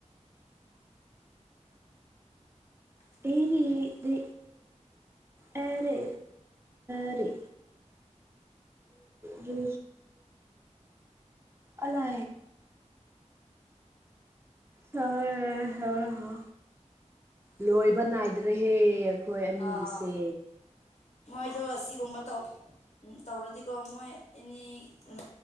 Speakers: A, on the left (about 60°); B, on the right (about 20°).
A: ꯀ
B: ꯑꯦꯔꯤꯔꯤ ꯑꯦꯔ ꯑꯔꯤ ꯔꯤ ꯑꯂ ꯍ ꯍ ꯍ ꯂꯣꯍꯤꯕꯅꯥ ꯍꯥꯏꯗ꯭ꯔꯦ ꯍꯦ ꯑꯩꯈꯣꯏ ꯑꯅꯤꯒꯤꯁꯦ
A: ꯑꯥ ꯃꯣꯏꯗꯣ ꯑꯁꯤꯒꯨꯝꯕ ꯇꯧ ꯎꯝ ꯇꯧꯔꯗꯤꯀꯣ ꯃꯣꯏ ꯑꯦꯅꯤ ꯎꯝ